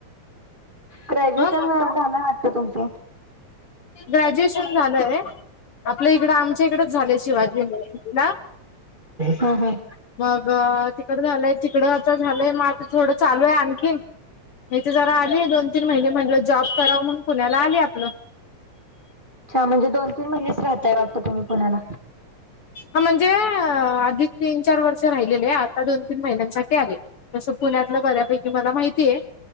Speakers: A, on the right (about 20°); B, on the left (about 60°).
A: ग्रॅज्युएशन
B: ह
A: झाला वाटतं तुमचं
B: ग्रॅज्युएशन झालंय आपलं इकडं आमच्या इकडच झालंय शिवाजी युनिव्हर्सिटी ना
A: हा हा
B: मग तिकड झालंय तिकडं आता झालंय मग आता थोडं चालू आहे आणखी म तेे जरा आले दोन तीन महिने म्हणलं जॉब करावं म्हणून पुण्याला आले आपलं
A: छ म्हणजे दोन तीन महिनेच राहताय वाटत तुम्ही पुण्याला
B: ह म्हणजे आधिक तीन चार वर्ष राहिलेले आत दोन तीन महिन्यांसाठी आले तसं पुण्यातलं बऱ्यापैकी मला माहिती आहे